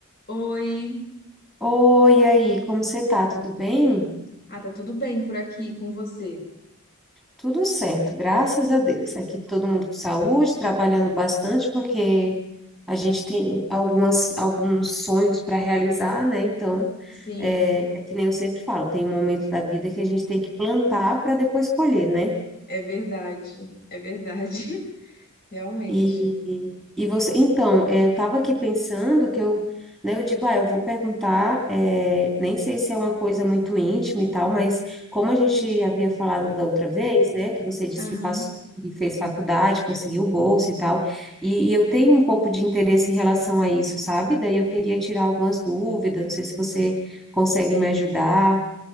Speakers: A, on the left; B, in the centre.
A: Oi.
B: Oi, e aí, como você tá? Tudo bem?
A: Ah, tá tudo bem por aqui com você?
B: Tudo certo, graças a Deus. Aqui todo mundo com saúde, trabalhando bastante, porque a gente tem algumas, alguns sonhos para realizar, né? Então,
A: Sim,
B: é, é que nem eu sempre falo, tem um momento da vida que a gente tem que plantar para depois colher, né?
A: é verdade. É verdade. <laughs> Realmente.
B: E, e você, então, é, eu estava aqui pensando que eu, né, eu digo, ah, eu vou perguntar, é, nem sei se é uma coisa muito íntima e tal, mas como a gente havia falado da outra vez, né, que você disse
A: Aham.
B: que passou, que fez faculdade, conseguiu bolsa e tal, e, e eu tenho um pouco de interesse em relação a isso, sabe? Daí eu queria tirar algumas dúvidas, não sei se você consegue me ajudar.